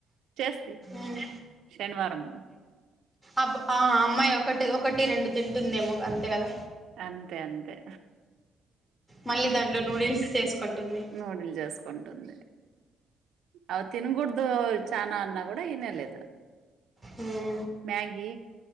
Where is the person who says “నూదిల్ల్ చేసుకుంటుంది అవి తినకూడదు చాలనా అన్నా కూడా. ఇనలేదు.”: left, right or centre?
Right